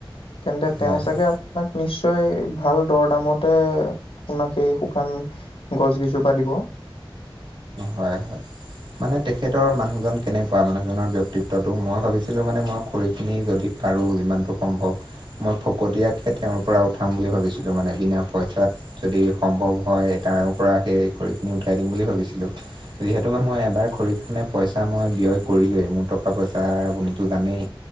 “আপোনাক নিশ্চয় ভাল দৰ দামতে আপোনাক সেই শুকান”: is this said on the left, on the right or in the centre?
Left